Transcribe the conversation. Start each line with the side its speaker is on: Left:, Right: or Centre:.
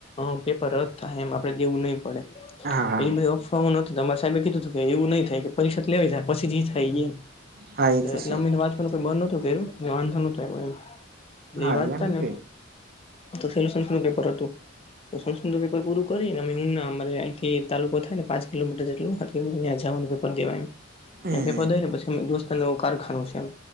Left: અ પેપર રદ થાહે એમ આપડે દેવું નહી પડે.
Right: હા હા
Left: એ બધી અફવાઓ ન અમારા સાહેબે કીધું તું કે એવું થાય કે પરીક્ષા લેવાય જાય પછી જી થાયઈ એમ
Right: હા એ
Left: ત
Right: તો
Left: એટલેમા
Right: છે
Left: વાંચવાનું મેં બંધ નોતું કર્યું ને વાંધો નતો આયો એમ લેવા
Right: હા
Left: જતાને
Right: એમ કે
Left: તો સેલુ સંસ્કૃતનું પેપર હતું તો સંસ્કૃતનું પેપર પૂરું કરીને હું ના અમારે અયથી તાલુકો થાય ને પાંચ કિલોમીટર જેટલુ <inaudible> જવાનું પેપર દેવા એમ
Right: હમ
Left: ત્યાં પેપર દયને પછી દોસ્તારનું એવું કારખાનું છે એમ